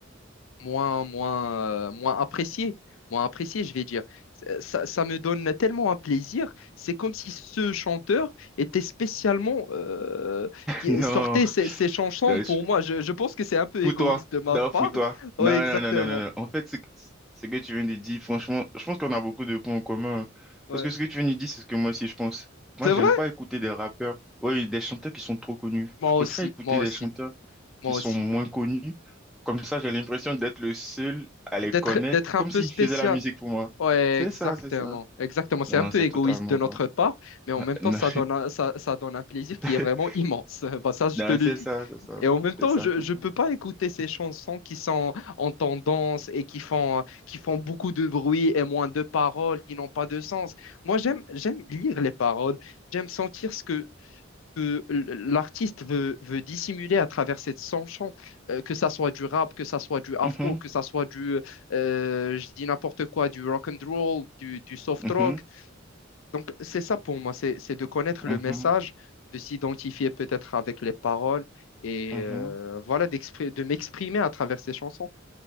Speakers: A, on the left; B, in the centre.
A: moins, moins, euh, moins apprécié, moins apprécié, je vais dire. Euh, Ça, ça me donne tellement un plaisir. C'est comme si ce chanteur était spécialement euh, qui
B: Non,
A: sortait
B: non,
A: ses, ses chansons pour
B: je-
A: moi. Je, je pense que c'est un peu
B: pour
A: égoïste
B: toi,
A: de ma
B: non,
A: part.
B: pour toi.
A: Oui,
B: Non,
A: exactement.
B: non, non, non, non, non. En fait, ce que, ce que tu viens de dire, franchement, je pense qu'on a beaucoup de points en commun. hein.
A: Ouais.
B: Parce que ce que tu viens de dire, c'est ce que moi aussi je pense. Moi,
A: C'est
B: j'aime
A: vrai?
B: pas écouter des rappeurs, oui, des chanteurs qui sont trop connus.
A: Moi
B: Je
A: aussi,
B: préfère écouter
A: moi aussi,
B: des chanteurs.
A: moi
B: qui
A: aussi.
B: sont moins connues. Comme ça, j'ai l'impression d'être le seul à les
A: D'être,
B: connaître,
A: d'être un
B: comme
A: peu
B: s'ils
A: spécial.
B: faisaient la musique pour moi.
A: Ouais,
B: C'est
A: exactement,
B: ça, c'est ça.
A: exactement. C'est
B: Non,
A: un peu
B: c'est
A: égoïste
B: totalement
A: de notre
B: vrai.
A: part, mais en même temps,
B: Non,
A: ça donne un, ça, ça donne un plaisir qui
B: <laughs>
A: est vraiment immense. <laughs> Bah, ça, je
B: non,
A: te le
B: c'est
A: dis.
B: ça, c'est ça.
A: Et en même temps,
B: C'est ça,
A: je ne
B: c'est ça.
A: peux pas écouter ces chansons qui sont en tendance et qui font, qui font beaucoup de bruit et moins de paroles, qui n'ont pas de sens. Moi, j'aime, j'aime lire les paroles, j'aime sentir ce que, que l'artiste veut, veut dissimuler à travers cette chanson, euh, que ça soit du rap, que ça soit du afro,
B: Mhm,
A: que ça soit du, euh, je dis n'importe quoi, du rock and roll, du, du soft
B: mhm,
A: rock. Donc, c'est ça pour moi, c'est, c'est de connaître le
B: mhm,
A: message, de s'identifier peut-être avec les paroles et
B: mhm.
A: euh, voilà, d'expri- de m'exprimer à travers ces chansons.